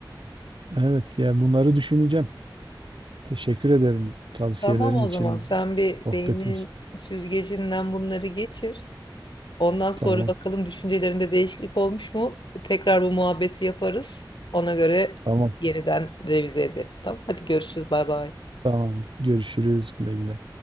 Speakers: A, on the right; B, on the left.
A: Evet yani bunları düşüneceğim. Teşekkür ederim tavsiyelerin
B: Tamam o
A: için.
B: zaman sen bir
A: Sohbetin.
B: beynin süzgecinden bunları geçir. Ondan sonra
A: Tamam.
B: bakalım düşüncelerinde değişiklik olmuş mu? Tekrar bu muhabbeti yaparız. Ona göre
A: Tamam.
B: yeniden revize ederiz. Tamam. Hadi görüşürüz. Bay bay.
A: Tamam. Görüşürüz. Güle güle.